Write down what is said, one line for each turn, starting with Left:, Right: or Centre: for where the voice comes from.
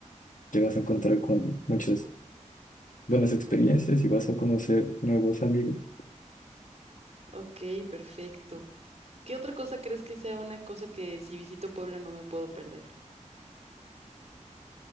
Left: te vas a encontrar con muchas buenas experiencias y vas a conocer nuevos amigos.
Right: Ok, perfecto. ¿Qué otra cosa crees que sea una cosa que si visito Puebla no me puedo perder?